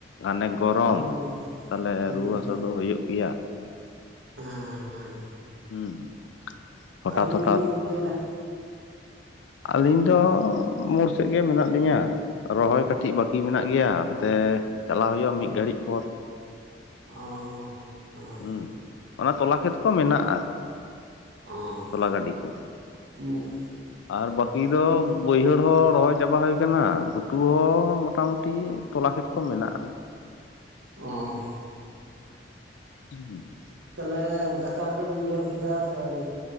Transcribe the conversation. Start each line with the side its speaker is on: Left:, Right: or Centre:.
Left: ᱟᱱᱮᱠ <inaudible> ᱜᱚᱨᱚᱢ
Right: ᱦᱮᱸ
Left: ᱛᱟᱞᱮ
Right: ᱦᱮᱸ
Left: ᱨᱩᱣᱟᱹ ᱦᱟᱹᱥᱩ ᱫᱚ ᱦᱩᱭᱩᱜ ᱜᱮᱭᱟ
Right: ᱦᱮᱸ ᱦᱮᱸ
Left: ᱦᱩᱸ ᱦᱚᱴᱟᱛ
Right: ᱟᱹᱵᱤᱱ
Left: ᱦᱚᱴᱟᱛ
Right: ᱜᱮᱵᱤᱱ ᱪᱤᱠᱟᱹᱭ ᱮᱫ ᱫᱟ ᱾
Left: ᱟᱹᱞᱤᱧ ᱫᱚ ᱢᱳᱲ ᱥᱮᱜ ᱜᱮ ᱢᱮᱱᱟᱜ ᱞᱤᱧᱟᱹ ᱾ ᱨᱚᱦᱚᱭ ᱠᱟᱹᱴᱤᱡ ᱵᱟᱠᱤ ᱢᱮᱱᱟᱜ ᱜᱮᱭᱟ ᱾ ᱮᱱᱛᱮ ᱪᱟᱞᱟᱣ ᱦᱩᱭᱩᱜᱼᱟ ᱢᱤᱫᱜ ᱜᱷᱟᱹᱲᱤᱡ ᱯᱚᱨ ᱾
Right: ᱚ <inaudible>
Left: ᱦᱩᱸ ᱚᱱᱟ ᱛᱚᱞᱟ ᱠᱷᱮᱛ ᱠᱚ ᱢᱮᱱᱟᱜᱼᱟ ᱾ ᱟᱨ ᱠᱤ
Right: ᱚ
Left: ᱛᱚᱞᱟ ᱜᱟᱹᱰᱤ ᱠᱚ ᱾
Right: ᱦᱩᱸ
Left: ᱟᱨ ᱵᱟᱹᱠᱤ ᱫᱚ ᱵᱟᱹᱭᱦᱟᱹᱲ ᱦᱚᱸ ᱨᱚᱦᱚᱭ ᱪᱟᱵᱟ ᱦᱚᱭ ᱟᱠᱟᱱᱟ ᱜᱷᱩᱴᱩ ᱦᱚᱸ ᱢᱚᱴᱟ ᱢᱩᱴᱴᱤ ᱛᱚᱞᱟ ᱠᱷᱮᱛ ᱠᱚ ᱢᱮᱱᱟᱜᱼᱟ ᱟᱨᱠᱤ ᱾
Right: ᱚᱸ
Left: ᱦᱩᱸᱩᱸ <inaudible>
Right: ᱛᱟᱦᱚᱞᱮ ᱫᱟᱠᱟ ᱠᱚᱫᱚ ᱵᱤᱱ ᱡᱚᱢ ᱠᱮᱫᱟ ᱥᱮ ᱟᱹᱣᱨᱤ?